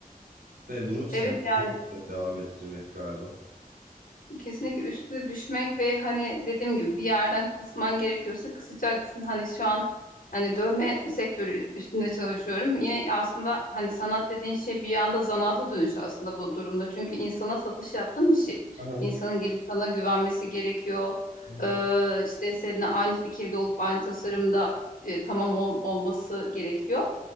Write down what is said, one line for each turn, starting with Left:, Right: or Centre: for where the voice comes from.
Right: Ve bunu senelerce
Left: Evet yani
Right: devam ettirmek galiba.
Left: kesinlikle üstüne düşmek ve hani dediğim gibi bir yerden kısman gerekiyorsa kısacaksın. Hani şu an hani dövme sektörü üstünde çalışıyorum. Yine aslında hani sanat dediğin şey bir yanda zanaata dönüşü aslında bu durumda. Çünkü insana satış yaptığın bir şey.
Right: Aha,
Left: İnsanın gelip sana güvenmesi gerekiyor.
Right: hı hı.
Left: Ee, işte seninle aynı fikirde olup aynı tasarımda e, tamam ol- olması gerekiyor.